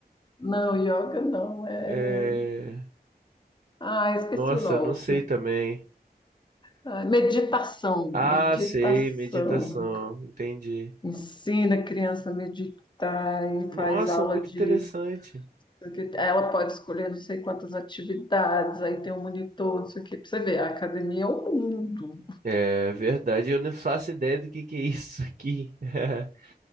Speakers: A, on the left; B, on the right.
A: Não, yoga não, é.
B: É...
A: Ah, esqueci
B: Nossa,
A: o nome.
B: não sei também.
A: Ah, Meditação,
B: Ah,
A: meditação.
B: sei, meditação. Entendi.
A: Ensina a criança a meditar e
B: Nossa,
A: faz aula
B: muito
A: de
B: interessante.
A: Porque ela pode escolher não sei quantas atividades, aí tem um monitor, não sei o quê, pra você ver, a academia é o mundo.
B: É verdade, eu não faço ideia do que que é isso aqui. <laughs>